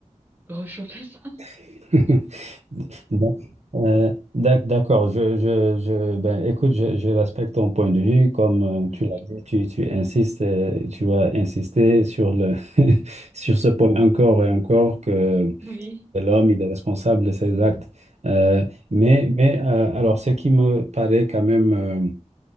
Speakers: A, on the right; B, on the right.
A: Réchauffer ça?
B: <laughs> Bon. Euh, d'ac- d'accord, je, je, je, ben, écoute, je, je respecte ton point de vue. Comme euh,
A: Oui.
B: tu l'as dit, tu, tu insistes, euh, tu vas insister sur le, <laughs> sur ce point encore et encore que
A: Oui.
B: C'est l'homme, il est responsable de ses actes. Euh, mais mais euh, alors, ce qui me paraît quand même euh,